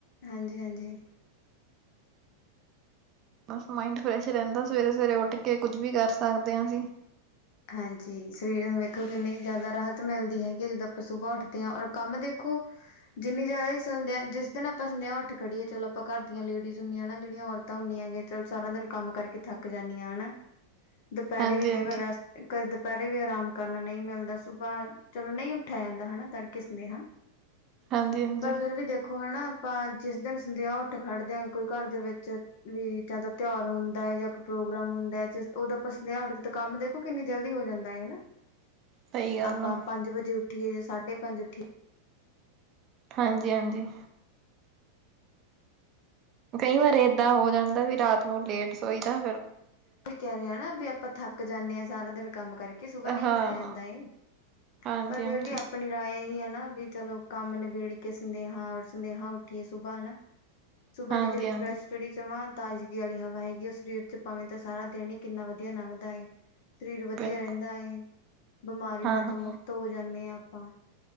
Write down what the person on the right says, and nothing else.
ਬਸ ਮਾਇੰਡ ਫਰੈਸ਼ ਰਹਿੰਦਾ ਸਵੇਰੇ ਸਵੇਰੇ ਉੱਠ ਕੇ ਕੁੱਝ ਵੀ ਕਰ ਸਕਦੇ ਆ ਅਸੀਂ
ਹਾਂਜੀ-ਹਾਂਜੀ,
ਹਾਂਜੀ-ਹਾਂਜੀ
ਸਹੀ ਗੱਲ
ਆ।
ਹਾਂਜੀ, ਹਾਂਜੀ ਕਈ ਵਾਰ ਏਦਾਂ ਹੋ ਜਾਂਦਾ ਵੀ ਰਾਤ ਨੂੰ ਲੇਟ ਸੋਈਦਾ ਫੇਰ
ਹਾਂ,
ਹਾਂਜੀ-ਹਾਂਜੀ,
ਹਾਂਜੀ-ਹਾਂਜੀ
ਬਿਲਕੁਲ
ਹਾਂ-ਹਾਂ